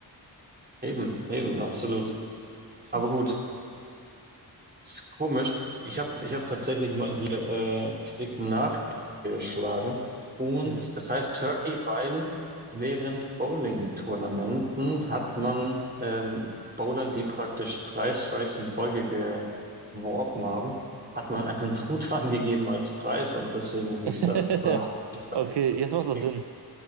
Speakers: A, on the right (about 25°); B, on the right (about 80°).
A: Eben, eben, absolut.
B: Das finde
A: Aber
B: ich
A: gut.
B: krass.
A: Ist komisch. Ich habe ich hab tatsächlich mal hier äh, quick nachgeschlagen. Und
B: Hm.
A: es heißt Turkey, weil während Bowling-Tournamenten hat man ähm, Bowlern, die praktisch drei Strikes in Folge geworfen haben, hat man einen <laughs> Truthahn gegeben als Preis und deswegen hieß
B: <laughs>
A: das. Oder hieß das,
B: Okay, jetzt macht das
A: hieß,
B: Sinn.